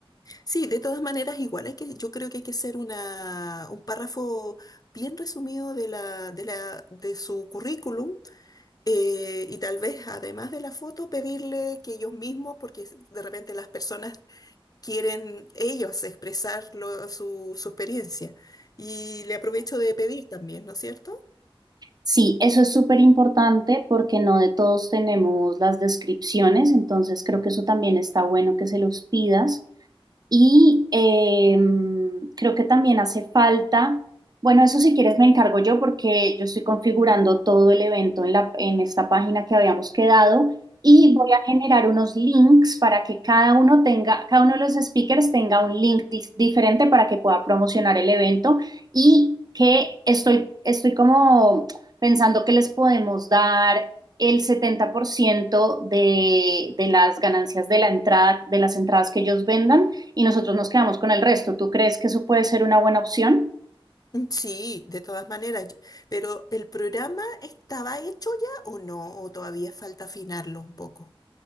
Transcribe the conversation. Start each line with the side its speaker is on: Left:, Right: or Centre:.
Left: Sí, de todas maneras, igual hay que, yo creo que hay que hacer una, un párrafo bien resumido de la, de la, de su currículum, eh, y tal vez además de la foto, pedirle que ellos mismos, porque de repente las personas quieren ellos expresar lo- su, su experiencia. Y le aprovecho de pedir también, ¿no es cierto?
Right: Sí, eso es súper importante porque no de todos tenemos las descripciones, entonces creo que eso también está bueno que se los pidas. Y eh, creo que también hace falta, bueno, eso si quieres me encargo yo porque yo estoy configurando todo el evento en la, en esta página que habíamos quedado y voy a generar unos links para que cada uno tenga, cada uno de los speakers tenga un link dis- diferente para que pueda promocionar el evento y que estoy, estoy como pensando que les podemos dar el 70% de, de las ganancias de la entrada, de las entradas que ellos vendan y nosotros nos quedamos con el resto. ¿Tú crees que eso puede ser una buena opción?
Left: Mm, Sí, de todas maneras, yo- pero ¿el programa estaba hecho ya o no? ¿O todavía falta afinarlo un poco?